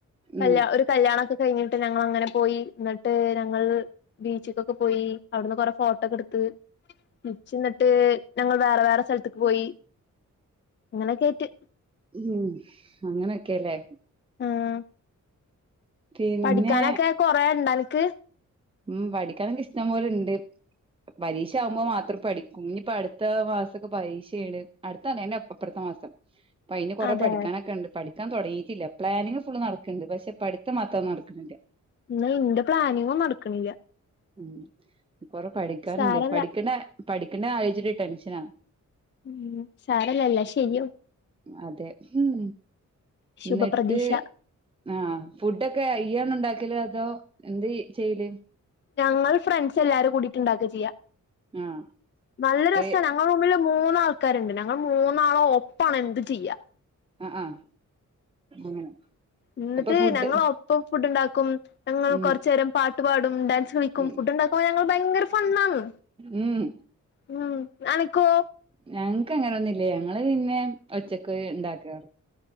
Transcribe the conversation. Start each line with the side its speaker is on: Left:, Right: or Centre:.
Left: കല്ല്
Right: ഉം
Left: ഒരു കല്യാണൊക്കെ കഴിഞ്ഞിട്ട് ഞങ്ങ അങ്ങനെ പോയി എന്നിട്ട് ഞങ്ങൾ ബീച്ച്ക്കൊക്കെ പോയി അവിടുന്ന് കൊറെ ഫോട്ടോക്കെ എടുത്ത് നിച്ചി <unintelligible> ട്ട് ഞങ്ങൾ വേറെ വേറെ സ്ഥലത്ത്ക്ക് പോയി അങ്ങനെക്കെ ആട്ട്
Right: ഉം അങ്ങനൊക്കെല്ലേ
Left: ആഹ്
Right: പിന്നെ
Left: പഠിക്കാനൊക്കെ കൊറേ ണ്ടാ ന്ക്ക്
Right: ഉം പഠിക്കാനൊക്കെ ഇഷ്ടംപോലെണ്ട് പരീക്ഷ ആവുമ്പോ മാത്രം പഠിക്കും ഇഞ്ഞ്പ്പ അടുത്ത മാസൊക്കെ പരീക്ഷയാണ് അടുത്തേല്ല അത് ന്റെ അപ്പറത്തെ മാസം പ അയ്ന് കൊറെ
Left: അതെ
Right: പഠിക്കാനൊക്കെ ഒണ്ട് പഠി ടിക്കാൻ തുടങ്ങിയിട്ടില്ല പ്ലാനിങ് ഫുള് നടക്കുന്നുണ്ട് പക്ഷെ പഠിത്തം മാത്രം നടക്കുന്നില്ല
Left: ഇന്ന് ഇന്റെ പ്ലാനിങ്ങും നടക്കണില്ല
Right: ഉം കൊറേ പഠിക്കാനുണ്ട്
Left: സാരല്ല
Right: പഠിക്കണ പഠിക്കണ്ട ആലോചിച്ചിട്ട് ടെൻഷനാ
Left: ഉം സാരല്ല എല്ലാം ശരിയാവും
Right: അതെ ഉം
Left: ശുഭപ്രതീക്ഷ
Right: എന്നിട്ട് ആ ഫുഡൊക്കെ ആയി ഈയാണോ ഇണ്ടാക്കല് അതോ എന്തീ ചെയ്യല്
Left: ഞങ്ങൾ ഫ്രണ്ട്സ് എല്ലാരും കൂടിയിട്ട് ഇണ്ടാക്കാ ചെയ്യാ
Right: ആഹ്
Left: നല്ല രസാ
Right: ഏ
Left: ഞങ്ങളെ റൂമിലും മൂന്നാൾക്കാരുണ്ട് ഞങ്ങൾ മൂന്നാളും ഒപ്പാണ് എന്തും ചെയ്യാ
Right: ആഹ് ആഹ് അങ്ങനെ
Left: ഇന്നിട്ട്
Right: അപ്പൊ ഫുഡ്
Left: ഞങ്ങള് ഒപ്പം ഫുഡ് ഇണ്ടാക്കും ഞങ്ങള്
Right: ഉം
Left: കൊറച്ച് നേരം പാട്ട് പാടും ഡാൻസ് കളിക്കും
Right: ഉം
Left: ഫുഡ് ഇണ്ടാക്കുമ്പ ഞങ്ങള് ഭയങ്കര ഫണ്ണാണ്
Right: ഉം
Left: ഉം അനക്കോ
Right: ഞങ്ങ് ഞങ്ങക്ക് അങ്ങന് ഒന്നും ഇല്ലേ ഞങ്ങള് പിന്നെ ഒറ്റക്ക് ഇണ്ടാക്കാറ്